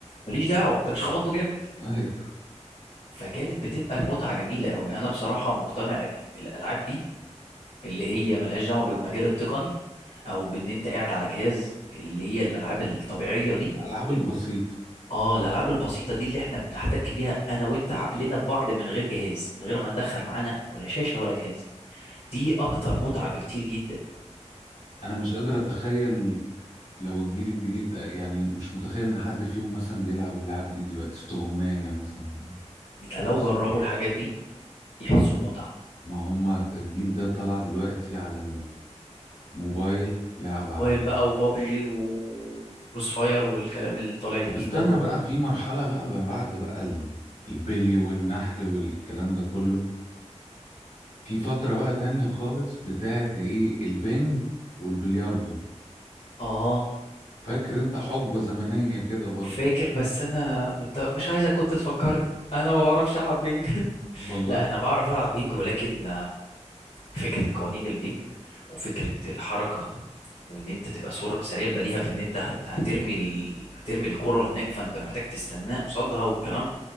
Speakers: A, on the left (about 60°); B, on the left (about 80°).
A: ماليش دعوه انت مش خبطته جامد
B: ايوه
A: فكانت بتبقى المتعه جميله قوي انا بصراحه مقتنع ان الالعاب دي اللي هي ملهاش دعوه بالمجال التقني او بان انت قاعد على جهاز اللي هي الالعاب الطبيعيه دي
B: الالعاب البسيطه
A: اه الالعاب البسيطه دي اللي احنا بنحتك بيها انا وانت عقلنا ببعض من غير جهاز من غير ما ندخل معانا ولا شاشه ولا جهاز دي اكتر متعه بكتير جدا
B: انا مش قادر اتخيل لو الجيل الجديد ده يعني مش متخيل ان حد فيهم مثلا بيلعب اللعب دي دلوقتي استغماية مثلا
A: ده لو
B: بص،
A: جربوا الحاجات دي يحسوا بمتعه
B: ما هم الجيل ده طلع دلوقتي على الموبايل لعب
A: موبايل
B: على الموبايل.
A: بقى وبابجي وكروس فاير والكلام اللي طالع جديد
B: طب استنى
A: ده كله
B: بقى في مرحلة بقى ما بعد بقى ال- البلي والنحل والكلام ده كله في فترة بقى تانية خالص بتاعت ايه البنج والبلياردو
A: اه
B: فاكر انت حقبة زمنية كده برضو
A: فاكر بس انا انت مش عايزك كنت تفكرني انا ما بعرفش العب بينج <laughs>
B: والله
A: لا انا بعرف العب بينج ولكن فكره قوانين البنج وفكره الحركه وان انت تبقى سر... سريع البديهه في ان انت هت... هترمي ال... هترمي الكره هناك فانت محتاج تستناه قصادها والكلام